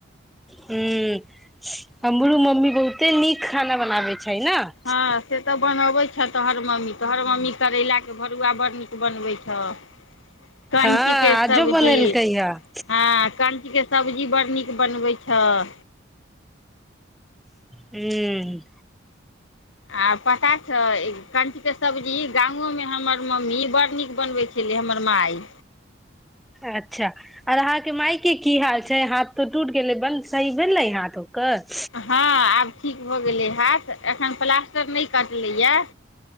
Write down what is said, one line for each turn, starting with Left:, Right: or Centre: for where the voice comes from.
Centre: हुँ हमरो मम्मी बहुते नीक खाना बनाबे छै ने ह
Left: हँ से तऽ बनबै छथि हर मम्मी तऽ हर मम्मी करैला के भरुआ बड़ नीक बनबै छह कञच
Centre: हँ
Left: के
Centre: आजो
Left: सब्जी
Centre: बनेलकै हे ह
Left: हँ कञ के सब्जी बड़ नीक बनबै छी त हाँ
Centre: हुँ
Left: आ पका छऽ कणच के सब्जी गामोमे हमर मम्मी बड़ नीक बनबै छलै हमर मााय
Centre: अच्छा आर अहाँके माायके की हाल छै हाथ तो टूट गेलै बन्द सही भेलै हाथ ओकर
Left: हँ आब ठीक भऽ गेलै हाथ एखन प्लास्टर नहि कटलैया